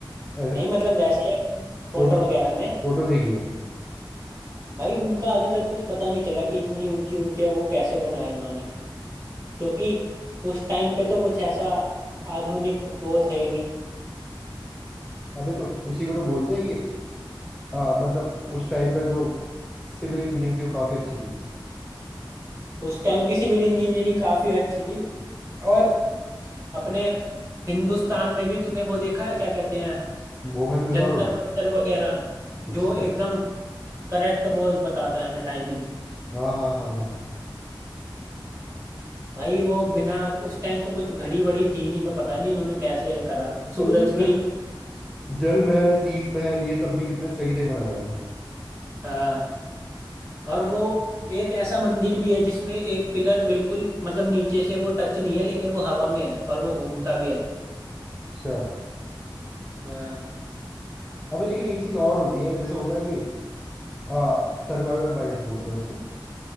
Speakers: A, in the centre; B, on the right (about 35°).
A: ऐसे
B: नहीं मतलब वैसे फोटो
A: फोटो
B: वगैरह में
A: फोटो देखी है
B: भाई उनका अभी तक कुछ पता नहीं चला कि इतनी ऊंची ऊंचे वो कैसे बनाए उन्होंने क्योंकि उस टाइम पे तो कुछ ऐसा आधुनिक वो थे नहीं
A: अबे तो उसी को तो बोलते हैं कि आ, मतलब उस टाइम का जो सिविल इंजीनियरिंग थी वो काफी अच्छी थी
B: उस टाइम की सिविल इंजीनियरिंग काफी अच्छी थी और अपने हिंदुस्तान में भी तूने वो देखा है क्या कहते हैं
A: मोहनजोदाड़ो
B: जंतर मंतर वगैरह
A: अच्छा
B: जो एकदम करेक्ट वो बताता है हमें टाइमिंग
A: हाँ हाँ हाँ हाँ हाँ
B: भाई वो बिना उस टाइम तो कुछ घड़ी वड़ी थी नहीं तो पता नहीं उन्होंने कैसे करा सूरज
A: अबे तो
B: की
A: जल जल महल शीश महल ये सब भी कितने सही सही बनाए हुए हैं
B: हाँ और वो एक ऐसा मंदिर भी है जिसमें एक पिलर बिल्कुल मतलब नीचे से वो टच नहीं है लेकिन वो हवा में है और वो घूमता भी है
A: अच्छा
B: हाँ
A: अबे लेकिन एक चीज और होती है जैसे होता है कि आ, सर्वाइवल बायस बोलते हैं उसको